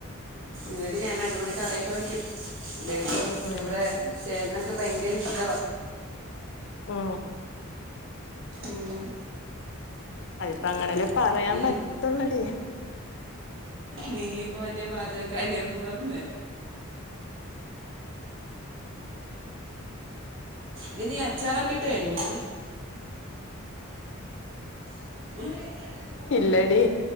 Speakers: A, on the right; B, on the left.
A: വീട് ഞാൻ അടിപൊളി കറിയൊക്കെ വയ്ക്കും ദൈപ്പം
B: ഉം
A: ഇവിടെ ചേട്ടനൊക്കെ ഭയങ്കര ഇഷ്ട
B: ആ
A: ഉം
B: അതിപ്പ അങ്ങനെല്ലേ പറയാൻ
A: നീ
B: പറ്റുള്ളടയേ
A: നീ ഇപ്പൊ വലിയ പാചകക്കാരിന്നും പറഞ്ഞേ ടി നീ അച്ചാർ ഒക്കെ ഇട്ട് കഴിഞ്ഞോ ഉം
B: ഇല്ലടി